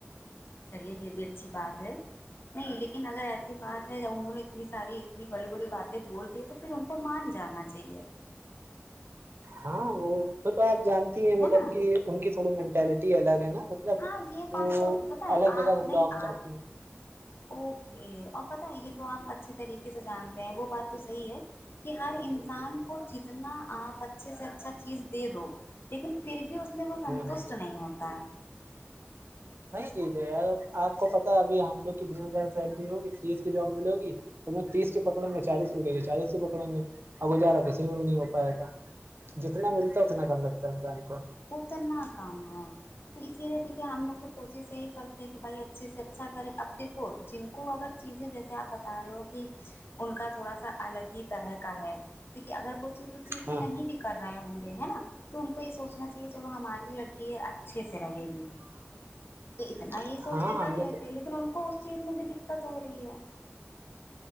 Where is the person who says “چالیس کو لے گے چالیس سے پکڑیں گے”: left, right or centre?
Right